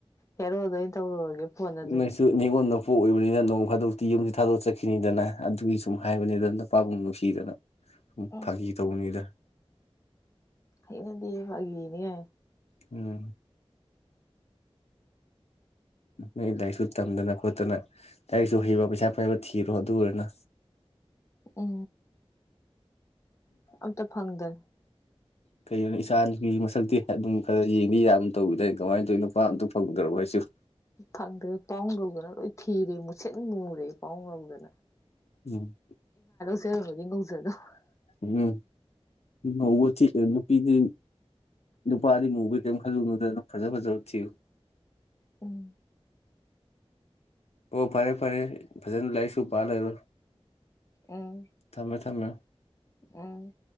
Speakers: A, on the left; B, on the left.
A: ꯍꯦꯔꯣ ꯑꯣꯏꯗ ꯇꯧꯔꯨꯔꯒꯦ ꯐꯣꯟ ꯑꯗꯨꯗꯤ
B: ꯅꯁꯨ ꯅꯤꯒꯣꯟ ꯅꯣ ꯃꯄꯣꯛ ꯑꯣꯏꯕꯅꯤꯅ ꯅꯣꯡ ꯐꯥꯗꯣꯛꯇꯤ ꯌꯨꯝꯁꯤ ꯊꯥꯗꯣꯛ ꯆꯠꯈꯤꯅꯤꯗꯅ ꯑꯗꯨꯒꯤ ꯁꯨꯝ ꯍꯥꯏꯕꯅꯤ ꯑꯗꯨꯝ ꯅꯨꯄꯥꯕꯨꯡ ꯅꯨꯡꯁꯤꯗꯅ
A: ꯎꯝ
B: ꯐꯥꯒꯤ ꯇꯧꯕꯅꯤꯗ
A: ꯍꯩꯅꯦꯗꯤ ꯐꯒꯤꯅꯤ ꯀꯥꯏꯅ
B: ꯎꯝ ꯅꯣꯏ ꯂꯥꯏꯔꯤꯛꯁꯨ ꯇꯝꯗꯅ ꯈꯣꯠꯇꯅ ꯂꯥꯏꯔꯤꯛꯁꯨ ꯍꯩꯕ ꯄꯩꯁꯥ ꯄꯥꯏꯕ ꯊꯤꯔꯣ ꯑꯗꯨ ꯑꯣꯏꯅ
A: ꯎ ꯑꯝꯇ ꯐꯪꯗ꯭ꯔꯦ
B: ꯀꯩꯒꯤꯅꯣ ꯏꯆꯥꯒꯤ ꯃꯁꯛꯇꯤ ꯑꯗꯨꯝ ꯈꯔ ꯌꯦꯡꯕꯤ ꯌꯥꯕ ꯇꯧꯕꯤꯗ ꯀꯃꯥꯏꯅ ꯇꯧꯋꯤ ꯅꯨꯄꯥ ꯑꯝꯇ ꯐꯪꯗ꯭ꯔꯕ ꯍꯥꯏꯁꯤꯕꯨ
A: ꯐꯪꯗ꯭ꯔꯦ ꯄꯥꯎ ꯂꯧꯗꯅ ꯂꯣꯏ ꯊꯤꯔꯦ ꯃꯨꯁꯤꯠ ꯃꯨꯔꯦ ꯄꯥꯎ ꯂꯧꯗꯅ
B: ꯎꯝ
A: <unintelligible>
B: ꯎꯝ ꯉꯧꯕ ꯊꯤ ꯅꯨꯄꯤꯗꯤ ꯅꯨꯄꯥꯗꯤ ꯃꯨꯕ ꯀꯩꯝ ꯈꯜꯂꯨꯅꯨꯗꯅ ꯐꯖ ꯐꯖꯕ ꯊꯤꯌꯨ
A: ꯎꯝ
B: ꯑꯣ ꯐꯔꯦ ꯐꯔꯦ ꯐꯖꯅ ꯂꯩꯥꯏꯁꯨ ꯄꯥ ꯂꯩꯔꯣ
A: ꯎꯝ
B: ꯊꯝꯃꯦ ꯊꯝꯃꯦ
A: ꯎꯝ